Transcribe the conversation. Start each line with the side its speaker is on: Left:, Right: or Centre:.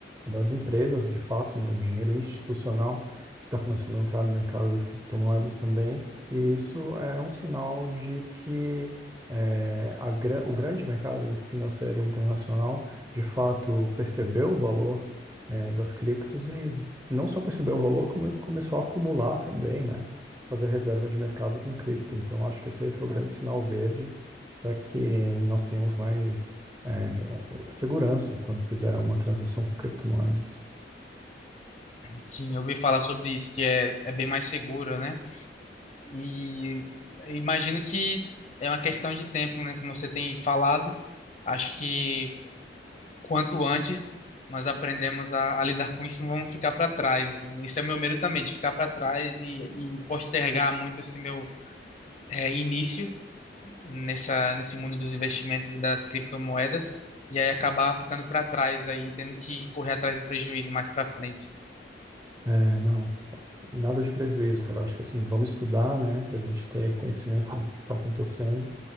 Right: das empresas, de fato, né? O dinheiro institucional que está começando a entrar no mercado das criptomoedas também. E isso é um sinal de que eh, a, gra- o grande mercado financeiro internacional, de fato, percebeu o valor eh, das criptos e não só percebeu o valor, como ele começou a acumular também, né? Fazer reserva de mercado com cripto. Então, acho que esse aí foi o grande sinal verde para que nós tenhamos mais é, é, segurança quando fizer uma transação com criptomoedas.
Left: Sim, eu ouvi falar sobre isso, que é, é bem mais seguro, né? E imagino que é uma questão de tempo, né? Como você tem falado, acho que quanto antes nós aprendemos a, a lidar com isso, não vamos ficar para trás, né? Esse é o meu medo também, de ficar para trás e, e postergar muito esse meu é, início nessa, nesse mundo dos investimentos e das criptomoedas, e aí acabar ficando para trás aí, tendo que correr atrás do prejuízo mais para frente.
Right: É, não. Nada de prejuízo, cara. Acho que assim, vamos estudar, né, para a gente ter conhecimento do que está acontecendo,